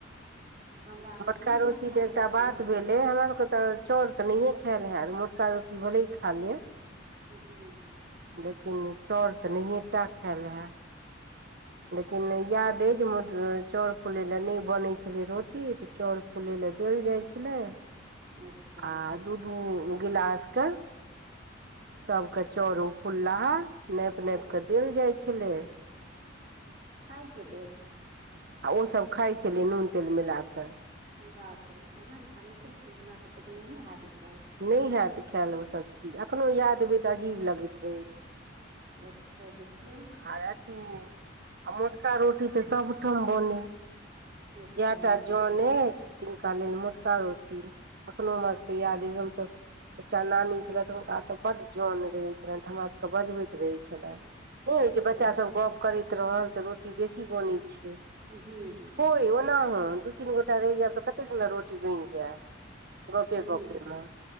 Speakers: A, on the right; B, on the right.
A: हमरा अहाँसँ
B: मोटका
A: नहि
B: रोटी
A: हैत खायल
B: तै एकटा
A: उएह
B: बात
A: चीज
B: भेल ए हमरा सबके ते चाउर तऽ नहिए खैल हेत मोटका रोटी भले ही खा लेब
A: जी।
B: लेकिन चाउर तऽ नहिएटा खैल हैत। लेकिन याद ए जे मोट चाउर फुलय लै नै बनय छलय रोटी त चौर फुलय लै देल जाए छलय
A: अच्छा
B: आ दू-दू गिलास के सबके चौर उ फुललाहा नैप-नैप
A: अच्छा
B: कै देल जाए छलय।
A: खाए के लेल
B: आ ओ सब खाए छलै नून-तेल मिलाए कै
A: हां बाप रे कना खा लै छलखिन्ह हमरा सबसे तै नहियै हैत ई सब।
B: नै हैत खैल ओ सब चीज एखनो याद एबै तऽ अजीब लगैत रहय
A: अच्छा देखियौ।
B: आर अथी आ मोटका रोटी तै सब ठाम बनय।
A: अच्छा
B: जैटा जौन ऐछ तिनका लेल मोटका रोटी अखनो हमरा
A: अच्छा
B: सबके याद हम सब एकटा नानी छलैथ हुनका ऐता बड्ड जौन रहय छलैन तऽ हमरा सबके बजबैत रहय छलैए। नै होय
A: अच्छा
B: छै बच्चा सब गप करैत रहल तऽ रोटी बेसी बनय छै।
A: जी जेबय
B: ओय ओना अहां दूई तीन गोटा रह जैब तऽ कते सुंदर रोटी बैन जाए, गपे-गप
A: जी
B: पे मे